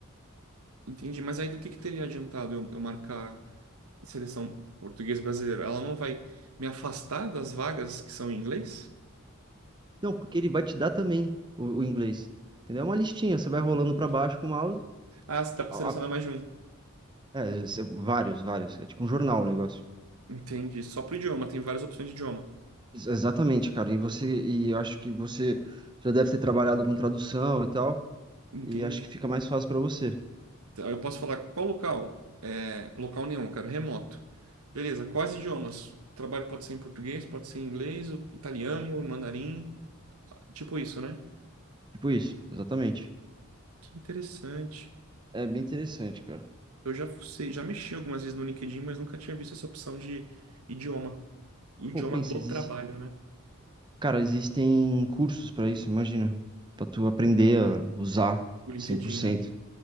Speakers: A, on the right (about 85°); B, on the right (about 20°).
A: Entendi. Mas aí do que que teria adiantado eu, eu marcar a seleção portuguesa brasileira? Ela não vai me afastar das vagas que são em inglês?
B: Não, porque ele vai te dar também o, o inglês, entendeu? É uma listinha, você vai rolando
A: Entendi.
B: para baixo com o mouse.
A: Ah, você dá pra
B: a-
A: selecionar
B: a-
A: mais de um.
B: É, cê- vários, vários. É tipo um jornal o negócio.
A: Entendi. Só pro idioma, tem várias opções de idioma.
B: Ex- Exatamente, cara. E você, e eu acho que você já deve ter trabalhado com tradução e tal,
A: Entendi.
B: e acho que fica mais fácil pra você.
A: Então, Eu posso falar qual local? É, local nenhum, eu quero remoto. Beleza, quais idiomas? O trabalho pode ser em português, pode ser em inglês, o- italiano, mandarim, tipo isso, né?
B: Tipo isso, exatamente.
A: Que interessante.
B: É bem interessante, cara.
A: Eu já fucei, já mexi algumas vezes no LinkedIn, mas nunca tinha visto essa opção de idioma. O idioma
B: Pô, pensa,
A: do
B: existe,
A: trabalho, né?
B: cara, existem cursos pra isso, imagina, Pra tu aprender a usar
A: O LinkedIn,
B: cem por cento
A: né?